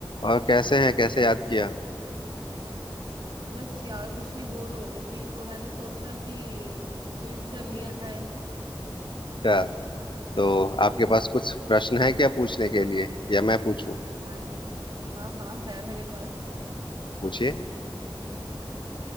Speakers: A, on the left (about 65°); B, on the right (about 60°).
A: और कैसे हैं कैसे याद किया
B: बस यार कुछ नहीं बोर हो रही थी तो मैंने सोचा कि क्विज कर लिया जाए
A: अच्छा तो आपके पास कुछ प्रश्न है क्या पूछने के लिए या मैं पूछूं
B: हाँ हाँ हाँ है मेरे पास
A: पूछिए